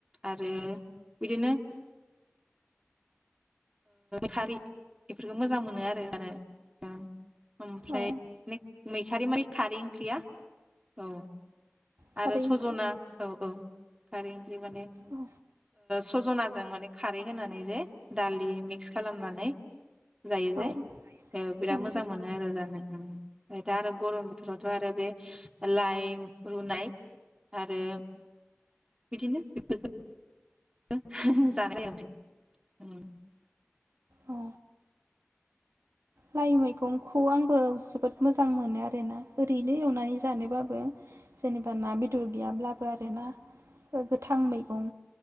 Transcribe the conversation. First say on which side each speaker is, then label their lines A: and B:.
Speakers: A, on the right; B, on the right.
A: आरो बिदिनो खारि बेफोरखौ मोजां मोनो आरो जानो ओमफ्राय
B: औ
A: मैखारि माय खारै ओंख्रिया औ
B: खारै
A: आरो सजना
B: ओंख्रि
A: औ औ खारै माने
B: औ
A: सजनाजों माने खारै होनानै जे दालि मिक्स खालामनानै जायो जे
B: औ
A: बिराद
B: नंगौ
A: मोजां मोनो आरो जानो ओमफ्राय दा आरो गरम बोथोरावथ' आरो बे लाइ रुनाय आरो बिदिनो बेफोरखौ जानाय ज <unintelligible> ओम
B: औ लाइ मैगंखौ आंबो जोबोद मोजां मोनो आरोना ओरैनो एवनानै जानोबाबो जेनेबा ना बेदर गैयाब्लाबो आरोना गोथां मैगं